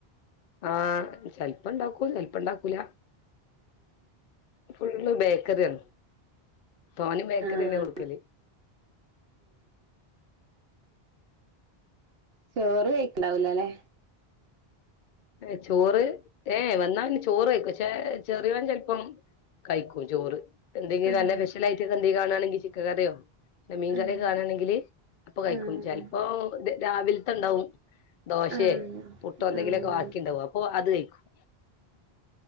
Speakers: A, on the left; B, on the right.
A: ആ ചെലപ്പണ്ടാക്കും ചെലപ്പണ്ടാക്കൂല ഫുള്ള് ബേക്കറിയാണ് തോനെ ബേക്കറിന്ന
B: ആഹ്
A: കൊടുക്കല്
B: ചോറ് കഴിക്കണ്ടാവൂലല്ലെ
A: ഏ ചോറ് ഏ വന്നാ ചോറ് കഴിക്കോ ചെ ചെറിയവൻ ചെലപ്പം കഴിക്കും ചോറ് എന്തെങ്കിലും
B: ആഹ്
A: നല്ല സ്പെഷ്യലായിട്ട് എന്തേലും കാണാണെങ്കിൽ ചിക്കൻ കറിയോ മീൻ
B: ആഹ്
A: കറിയൊക്കെ കാണയാണെങ്കില് അപ്പൊ കഴിക്കും
B: ആഹ്
A: ചിലപ്പോ രാവിലത്തെണ്ടാവും ദോശേ
B: ആഹ്
A: പുട്ടോ എന്തെങ്കിലേവോക്കെ
B: ആഹ്
A: വാ ണ്ടാവും അപ്പൊ അത് കഴിക്കും